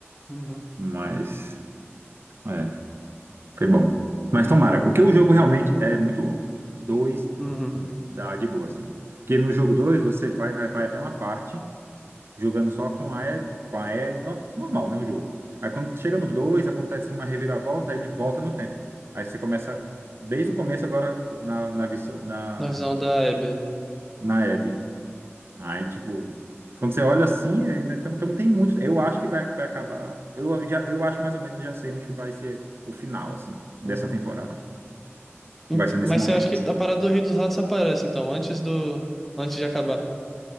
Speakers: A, in the centre; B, on the right (about 55°).
A: Uhum,
B: Mas, é, foi bom. Mas tomara, porque o jogo realmente é muito longo. Dois
A: uhum.
B: dá de boa, assim. Porque no jogo dois você vai, vai, vai até uma parte, jogando só com a E, com a L, no- normal, né, o jogo. Aí quando chega no dois acontece uma reviravolta, aí ele volta no tempo. Aí você começa desde o começo agora na, na, visão- na,
A: Na visão da Abby.
B: na Abby. Aí, tipo, quando você olha assim, ainda então, então tem muito. Eu acho que vai, vai acabar. Eu já, eu acho mais ou menos já sei onde que vai ser o final, assim, dessa
A: Uhum.
B: temporada.
A: Ent-
B: Que vai ser nesse
A: Mas
B: momento.
A: você acha que a parada do Rei dos Ratos aparece, então, antes do. Antes de acabar?